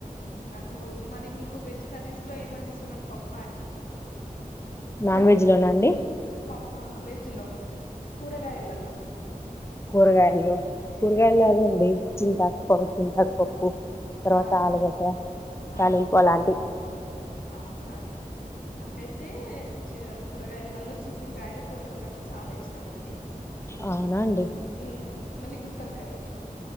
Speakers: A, on the left (about 85°); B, on the left (about 20°).
A: నాకు మ మీకు వెజ్ కర్రీ స్ లో ఏమంటే ఇష్టం అండి పప్
B: నాన్ వెజ్ లోనా అండి
A: పప్పా వెజ్ లో కూరగాయలల్లో
B: కూరగాయలల్లో కూరగాయల్లో అదండీ చింతాక్ ప చింతాక్ పప్ ఉప్ తర్వాత
A: ఆహా
B: ఆలుగడ్డ తాలింపు
A: ఆహా
B: అలాంటివి
A: అవునా నాకైతే చి కూరగాయలలో చిక్కుడుకాయ తోటకూర అంటే చాలా ఇష్టం అండి
B: అవునా అండి
A: ఉమ్ మళ్ళీ గుత్తొంకాయ్